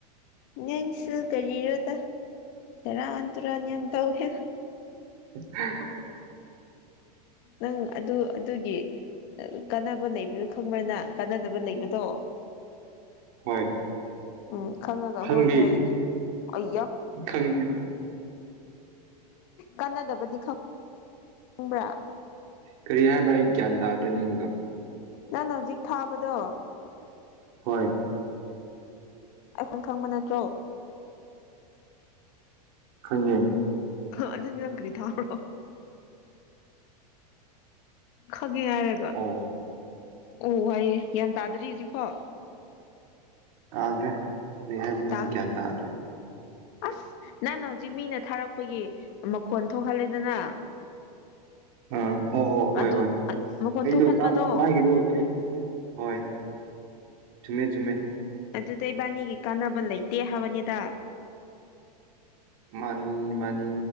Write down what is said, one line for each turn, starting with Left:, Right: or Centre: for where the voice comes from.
Left: ꯅꯪꯁꯨ ꯀꯔꯤꯔꯣꯗ ꯁꯦꯔꯥꯟ ꯇꯨꯔꯥꯟ ꯌꯥꯝ ꯇꯧꯋꯦ
Right: ꯎꯝ
Left: ꯅꯪ ꯑꯗꯨ ꯑꯗꯨꯒꯤ ꯀꯥꯟꯅꯕ ꯂꯩꯕꯗꯣ ꯈꯪꯕ꯭ꯔꯅꯤꯅ ꯀꯥꯟꯅꯗꯕ ꯂꯩꯕꯗꯣ
Right: ꯍꯣꯏ
Left: ꯎꯝ ꯈꯪꯉꯒ
Right: ꯈꯪꯗꯦ
Left: ꯍꯣꯏ ꯌꯥꯏꯅꯦ ꯑꯌꯥ
Right: ꯈꯪꯗꯦ
Left: ꯀꯥꯟꯅꯗꯕꯗꯤ ꯈ ꯈꯪꯕ꯭ꯔꯥ
Right: ꯀꯔꯤ ꯍꯥꯏꯕ꯭ꯔꯥ ꯑꯩ ꯒ꯭ꯌꯥꯟ ꯇꯥꯗ꯭ꯔꯦ ꯅꯪꯒꯣ
Left: ꯅꯪ ꯍꯧꯖꯤꯛ ꯊꯥꯕꯗꯣ
Right: ꯍꯣꯏ
Left: ꯑꯩꯈꯣꯏ ꯈꯪꯕ ꯅꯠꯇ꯭ꯔꯣ
Right: ꯈꯪꯉꯦ
Left: ꯑꯗꯨꯗꯤ ꯅꯒ ꯀꯔꯤ ꯊꯥꯕꯔꯣ ꯈꯪꯉꯦ ꯍꯥꯏꯔꯒ
Right: ꯑꯣ
Left: ꯑꯣ ꯍꯥꯏꯏꯌꯦꯦ ꯒ꯭ꯌꯥꯟ ꯇꯥꯗ꯭ꯔꯤ ꯍꯧꯖꯤꯛꯐꯣ
Right: ꯑꯥꯗꯦ ꯀꯔꯤ ꯍꯥꯏꯕꯅꯣ
Left: ꯇꯥꯈ꯭ꯔꯦ
Right: ꯑꯩ ꯒ꯭ꯌꯥꯟ ꯇꯥꯑꯒꯦ
Left: ꯑꯁ ꯅꯪꯅ ꯍꯧꯖꯤꯛ ꯃꯤꯅ ꯊꯥꯔꯛꯄꯒꯤ ꯃꯈꯣꯟ ꯊꯣꯛꯍꯜꯂꯦꯗꯅ
Right: ꯑꯥ ꯑꯣ ꯑꯣ ꯍꯣꯏ
Left: ꯑꯗꯨ
Right: ꯍꯣꯏ
Left: ꯃꯈꯣꯟ
Right: ꯑꯩꯗꯣ
Left: ꯊꯣꯛꯍꯟꯕꯗꯣ
Right: ꯃꯥꯒꯤꯗꯣ ꯍꯣꯏ ꯆꯨꯝꯃꯦ ꯆꯨꯝꯃꯦ
Left: ꯑꯗꯨꯗ ꯏꯕꯥꯅꯤꯒꯤ ꯀꯥꯟꯅꯕ ꯂꯩꯇꯦ ꯍꯥꯏꯕꯅꯤꯗ
Right: ꯃꯥꯅꯤ ꯃꯥꯅꯤ